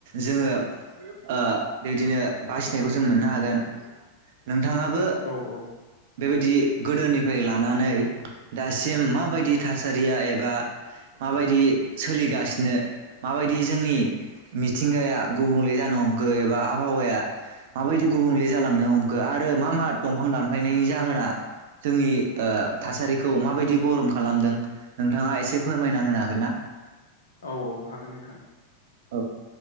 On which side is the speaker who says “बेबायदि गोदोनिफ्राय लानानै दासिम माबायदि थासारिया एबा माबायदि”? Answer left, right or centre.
Right